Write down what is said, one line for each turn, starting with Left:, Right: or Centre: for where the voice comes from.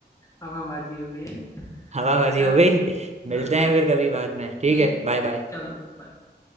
Left: हवाबाजी हो गई है
Right: हवाबाजी
Left: चलो
Right: हो गई <laughs> मिलते
Left: हाँ
Right: हैं फिर कभी बाद में ठीक
Left: ठीक
Right: है बाय
Left: ठीक,
Right: बाय
Left: चलो बाय